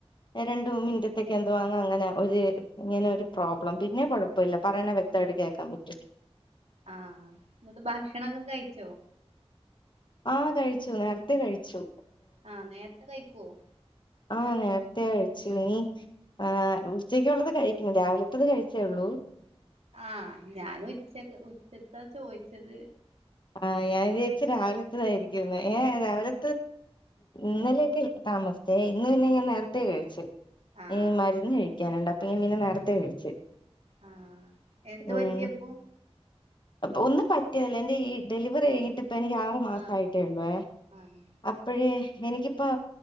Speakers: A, on the left; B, on the right.
A: രണ്ട മിനിറ്റത്തേക്കെ എന്തുവാണോ അങ്ങനെ ഒരു പ്രോബ്ലം പിന്നെ കൊഴപ്പം ഇപ്പ ഇല്ല പറയ വക്തമായിട് കേക്കാൻ പറ്റിട്ട്
B: ആഹ ന്നിട്ട് ഭക്ഷണൊക്കെ കഴിച്ചോ
A: ആഹ കഴിച്ചു നേരത്തെ കഴിച്ചു
B: ആഹ നേരത്തെ കഴിക്കുവോ
A: ആഹ നേരത്തെേ കഴിച്ചുനീ ആ ഉച്ചക്കുള്ളത് കഴിക്കണം രാവിലത്തത് കഴിച്ചേള്ളൂ
B: ആഹ ഞാനും ഉച്ച ഉച്ചയ്ക്ക ചോദിച്ചത്
A: ആ ഞാൻ വിചാരിച്ച രാവിലത്തതായിരിക്കുംന്ന് ഏ
B: അല്ല
A: രാവിലെ ഇന്നലെയൊക്കെ താമസത്തെേ ഇന്ന് പിന്നെ ഞാൻ നേരത്തെേ കഴിച്ചു
B: ആഹ്
A: ഈ മരുന്ന് കഴിക്കാനുണ്ട് അപ്പൊ പിനെ നേരത്തെ കഴിച്ചു
B: ആഹ എന്ത്
A: ഉം
B: പറ്റിയപ്പോ
A: ഒന്ന് പറ്റിയതല്ലേ ന്റെ ഈ ഡെലിവറി കഴിഞ്ഞിട്ട് ഇപ്പ എനിക്ക് ആറു മാസം
B: ആഹ്
A: ആട്ടേ ഉള്ളുവേ
B: ആഹ്
A: അപ്പോഴേ എനിക്കിപ്പോ